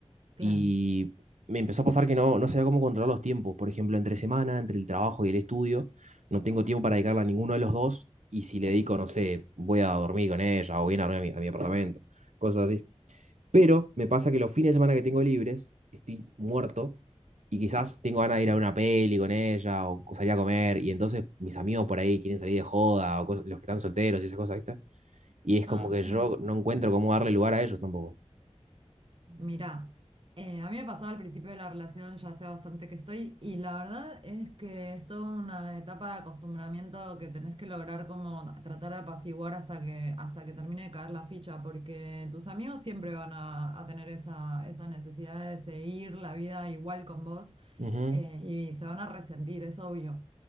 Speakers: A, on the right; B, on the right.
A: claro.
B: Y me empezó a pasar que no, no sabía cómo controlar los tiempos. Por ejemplo, entre semana, entre el trabajo y el estudio, no tengo tiempo para dedicarle a ninguno de los dos, y si le dedico, no sé, voy a dormir con ella o voy a ir a dormir a mi a mi apartamento, cosas así. Pero me pasa que los fines de semana que tengo libres, estoy muerto y quizás tengo ganas de ir a una peli con ella o salir a comer y entonces mis amigos por ahí quieren salir de joda o cosas- los que están solteros y esas cosas, ¿viste? Y es
A: Ah,
B: como que
A: sí.
B: yo no encuentro cómo darle lugar a ellos tampoco.
A: Mirá, eh, a mí me pasó al principio de la relación, ya hace bastante que estoy, y la verdad es que es toda una etapa de acostumbramiento que tenés que lograr como tratar de apaciguar hasta que, hasta que termine de caer la ficha, porque tus amigos siempre van a, a tener esa, esa necesidad de seguir la vida igual con vos,
B: Ujú,
A: eh, y se van a resentir, es obvio.